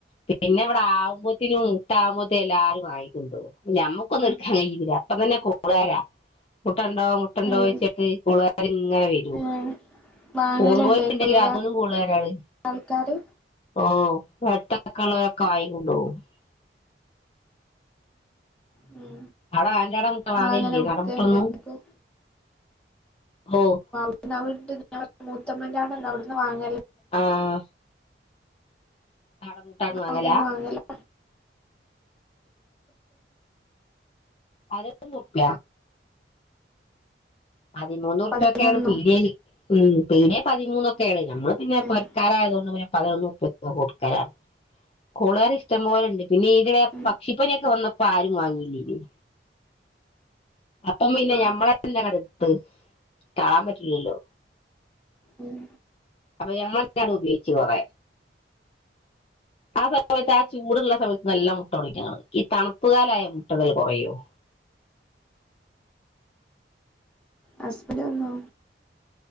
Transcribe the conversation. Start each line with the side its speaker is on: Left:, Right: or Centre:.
Left: പിന്നെ ഇവിടെ ആവുമ്പോത്തിനും മുട്ടാവുമ്പോത്തേ എല്ലാരും വാങ്ങി കൊണ്ടോവും ഞമ്മക്കൊന്നും ഇട്ക്കാൻ കയ്യൂല്ല അപ്പ തന്നെ കോളാരാ മുട്ടണ്ടോ മു ട്ടണ്ടോയ്ച്ചിട്ട്
Centre: ഏഹ്
Left: കോളാര് ഇങ്ങനെ വെരും
Centre: ഉം വാങ്ങലുണ്ടായിക്കൂലേ
Left: പൂവൻ കോഴി ഇണ്ടെങ്കി അതിനും കോളാരാണ്
Centre: ആൾക്കാര്
Left: ഓഹ് വട്ടക്കളറൊക്കെ <unintelligible>
Centre: ഉം
Left: അവ്ട ഓന്റോടെ മുട്ട
Centre: നിങ്ങളങ്ങനെ
Left: വാങ്ങലില്ലേ
Centre: വിക്കലുണ്ടായിരിക്കും
Left: നാടമുട്ടൊന്നും ഓഹ്
Centre: പിന്ന <unintelligible> മൂത്തമ്മന്റോടെണ് അവിടുന്ന് വാങ്ങ
Left: ആഹ് കാടമുട്ട അവ്ട്ന്ന് വാങ്ങല
Centre: അവിടെന്ന് വാങ്ങലാ
Left: അതേത് മുട്ട പതിമൂന്ന് ഉർപ്പ്യക്കെയാണ്
Centre: പതിനൊന്നോ
Left: പീഡ്യേല് ഉം പീഡ്യേ പതിമൂന്നൊക്കേണ് ഞമ്മള് പിന്നെ
Centre: ഉം
Left: പോ രകാരായതോണ്ട് പിന്നെ പതിനൊന്ന് ഉർപ്പ്യക്ക് ഞാ കൊടുക്കലാണ്. കോള് കാര് ഇഷ്ടം പോലെണ്ട് പിന്നെ ഈതിടെ
Centre: ഉം
Left: പക്ഷിപ്പനിയൊ ക്കവന്നപ്പോ ആരും വാങ്ങില്ലെയ്നിം അപ്പം പിന്നെ
Centre: ആഹ്
Left: ഞമ്മളെന്നെ അങ്ങട്ട് ഇട് കാണാൻ പറ്റില്ലല്ലോ
Centre: ഉം
Left: അപ്പൊ ഞങ്ങെളെന്നെണ് ഉപയോഗിച്ചു കൊറേ ആ സമയത്ത് ആ ചൂടുള്ള സമയത്ത് നല്ല മുട്ടടും ഇറ്റങ്ങള് ഈ തണുപ്പുകാലായ മുട്ടടല് കൊറയും
Centre: ഹസ്ബൻഡ് വന്നോ